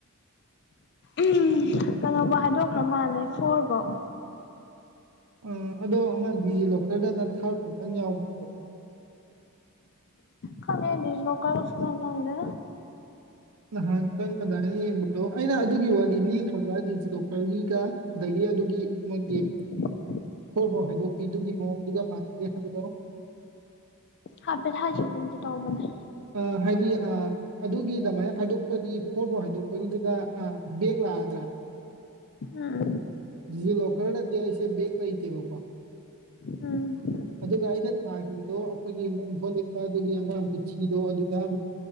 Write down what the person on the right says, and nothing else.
ꯑꯥ ꯑꯗꯣ ꯑꯃꯗꯤ ꯂꯣꯀꯔꯗ ꯊꯥꯔꯐꯥꯎꯇꯪ ꯌꯥꯎꯕꯅꯦꯕꯀꯣ
ꯅꯍꯥꯟ ꯆꯪꯉꯗꯥꯏꯅ ꯌꯦꯡꯕꯗꯣ ꯑꯩꯅ ꯑꯗꯨꯒꯤ ꯋꯥꯔꯤ ꯂꯤꯈ꯭ꯔꯕ ꯗꯤꯖꯤ ꯂꯣꯀꯔꯒꯤꯒ ꯑꯗꯒꯤ ꯑꯗꯨꯒꯤ ꯃꯣꯏꯒꯤ
ꯐꯔꯣ ꯐꯣꯔ ꯍꯩꯗꯣꯛꯄꯤ ꯑꯗꯨꯒꯤ ꯃꯑꯣꯡꯗꯨꯒ ꯃꯥꯟꯅꯗꯦ ꯍꯥꯏꯕꯗꯣ
ꯑꯥ ꯍꯥꯏꯗꯤ ꯑꯥ ꯑꯗꯨꯒꯤ ꯑꯗꯨꯃꯥꯏꯅ ꯍꯥꯏꯗꯣꯛꯄꯒꯤ ꯐꯣꯔ ꯐꯥꯎ ꯍꯥꯏꯗꯣꯛꯄꯒꯤꯗꯨꯗ ꯑꯥ ꯕꯦꯛ ꯂꯥꯛꯑꯗ꯭ꯔꯥ
ꯗꯤꯖꯤꯂꯣꯀꯔꯗꯗꯤ ꯑꯩꯁꯦ ꯕꯦꯒ ꯂꯩꯇꯦꯕꯀꯣ
ꯑꯗꯨꯒ ꯑꯩꯅ ꯊꯥꯈꯤꯕꯗꯣ ꯑꯩꯈꯣꯏꯒꯤ ꯑꯃꯨꯛ ꯚꯣꯂꯦꯞꯄ ꯑꯗꯨꯒꯤ ꯑꯃ ꯃꯨꯊꯤꯗꯣ ꯑꯗꯨꯒ ꯑꯃꯨꯛ